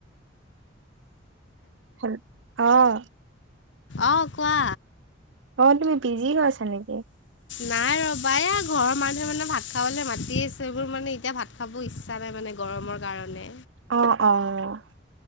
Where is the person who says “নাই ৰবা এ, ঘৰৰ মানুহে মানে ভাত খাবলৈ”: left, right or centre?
Left